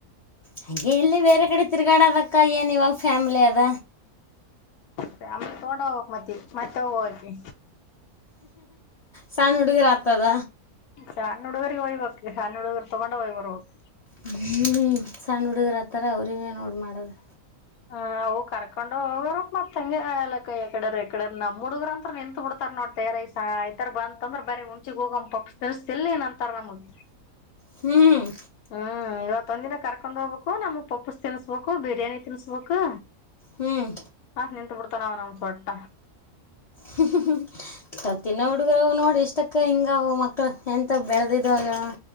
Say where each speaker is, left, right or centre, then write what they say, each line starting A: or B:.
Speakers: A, on the left; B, on the left.
A: ಹಾಗೆ ಎಲ್ಲಿ ಬೇರೆ ಕಡೆ ತಿರ್ಗಾಡ ಅದಕ್ಕ ಏನಿವ ಫ್ಯಾಮ್ಲಿ ಅದ.
B: ಫ್ಯಾಮಿಲಿ ತಗೊಂಡ ಹೋಗಕ್ ಮತ್ತ ಮತ್ತೆ ಹೋಗಕ್ಕೆ.
A: ಸಣ್ಣ್ ಹುಡುಗರ ಆತದ.
B: ಸಣ್ಣ ಹುಡುಗರು ಇವ ಇವಕ್ಕೆ ಸಣ್ಣ ಹುಡುಗರು ತಗೊಂಡೆ ಹೋಯ್ ಬರಬೇಕು.
A: ಹ್ಮ್ ಸಣ್ಣ ಹುಡುಗರ ಹತ್ತಾರ ಅವ್ರಿಗೆ ನೋಡ್ ಮಾಡದು.
B: ಹ ಅವು ಕರ್ಕೊಂಡ ಹೋಗರು ಮತ್ ಹಂಗೆ ಎಲ್ಲಕ್ಕ ಎಕಡೆರ್ ಎಕಡೆ ನಮ್ ಹುಡುಗ್ರ ಅಂತ ನಿಂತ್ ಬಿಡ್ತ್ <unintelligible> ರ್ತಾರ್ ನೋಡು ತಯಾರಾಗಿ ಸಂಯ್ತರ ಬಂತಂದ್ರ ಬರ ಉುಂಚಿಗ್ ಹೋಗ ಪಕ್ಷ ತೆಗೆಸ್ತಿಲ್ಲೇನು ಅಂತಾರ ನಮ್ದ.
A: ಹ್ಮ್
B: ಹ್ಮ್ ಇವತ್ತೊಂದಿನ ಕರ್ಕೊಂಡ್ ಹೋಗ್ಬೇಕು ನಮ್ಗ್ ಪಪ್ಪುಸ್ ತಿನ್ಸ್ಬೇಕು ಬಿರಿಯಾನಿ ತಿನ್ಸ್ಬೇಕು.
A: ಹ್ಞೂ
B: ಹಾ ನಿಂತು ಬಿಡ್ತಾನ ಅವ ನಮ್ಮ ಸೊಟ್ಟ.
A: ಹ್ಮ ತ <unintelligible> ನ್ನೋ ಹುಡುಗರು ಅವ ನೋಡ್ ಇಷ್ಟಕ್ಕ ಹಿಂಗವು ಮಕ್ಕಳ ಎಂತ ಬೆಳದಿದ ಅವ